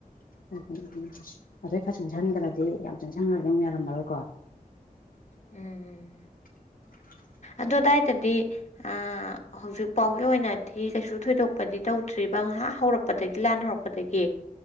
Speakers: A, on the left; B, on the left.
A: ꯑꯣ ꯍꯣꯏ ꯎ ꯑꯗꯣ ꯈꯔ ꯆꯪꯁꯤꯟꯈ꯭ꯔꯗꯤ ꯌꯥꯝ ꯆꯪꯁꯟꯈ꯭ꯔꯗꯤ ꯑꯃ ꯌꯥꯔꯝꯃꯔꯣꯏꯀꯣ <inaudible>
B: ꯎꯝ ꯎꯝ
A: <unintelligible>
B: ꯑꯗꯨꯗꯥꯏꯗꯗꯤ ꯑ ꯍꯧꯖꯤꯛ ꯐꯥꯎꯒꯤ ꯑꯣꯏꯅꯗꯤ ꯀꯩꯁꯨ ꯊꯣꯏꯗꯣꯛꯄꯗꯤ ꯇꯧꯗ꯭ꯔꯤꯕ ꯉꯥꯏꯍꯥꯛ ꯍꯧꯔꯛꯄꯗꯒꯤ ꯂꯥꯟ ꯍꯧꯔꯛꯄꯗꯒꯤ